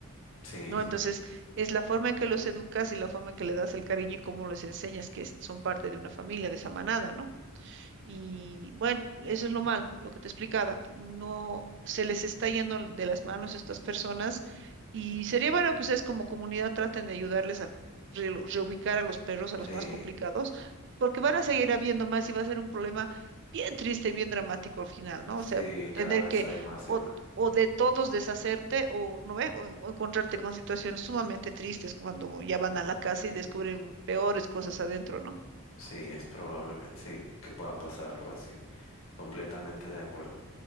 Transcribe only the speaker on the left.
sí,
sí,
sí,
cada vez
hay más
y más.
Sí, es probablemente, sí, que pueda pasar algo así. Completamente de acuerdo.